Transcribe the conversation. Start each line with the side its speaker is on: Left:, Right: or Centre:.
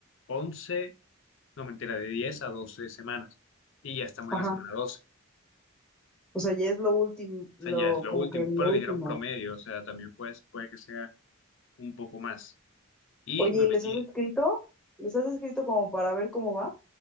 Left: once. no mentira, de 10 a 12 semanas. Y ya estamos
Centre: Ajá.
Left: en la semana doce
Centre: O sea, ya es lo último, lo
Left: O sea, ya es lo
Centre: como
Left: último.
Centre: que lo
Left: Pero
Centre: último.
Left: dijeron promedio, o sea, también pues, puede que sea un poco más. Y
Centre: Oye,
Left: me metí,
Centre: ¿les has escrito? ¿Les has escrito como para ver cómo va?